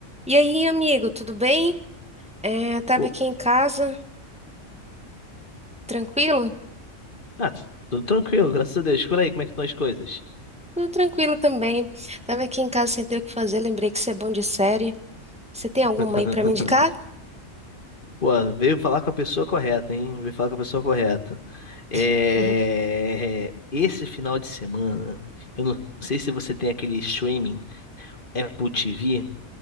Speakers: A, in the centre; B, on the left.
A: E aí, amigo, tudo bem? É, tava
B: Pô,
A: aqui em casa, tranquilo?
B: Ah, tu- tudo tranquilo, graças a Deus. Por aí, como é que estão as coisas?
A: Tudo tranquilo também. Tava aqui em casa sem ter o que fazer, lembrei que você é bom de série. Você tem alguma
B: <laughs>
A: aí pra me indicar?
B: Pô, veio falar com a pessoa correta, hein? Veio falar com a pessoa correta. É...
A: <laughs>
B: Esse final de semana, eu não sei se você tem aquele streaming Apple TV,